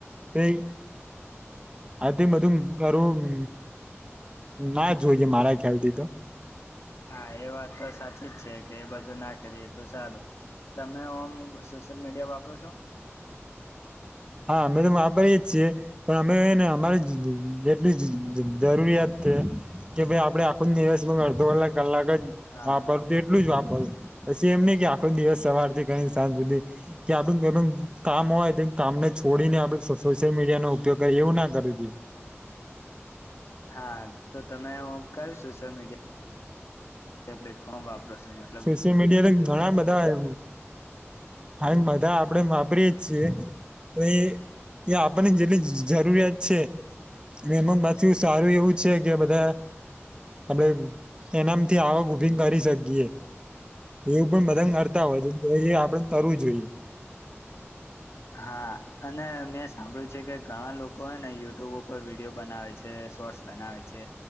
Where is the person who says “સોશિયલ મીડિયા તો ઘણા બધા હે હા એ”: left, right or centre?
Right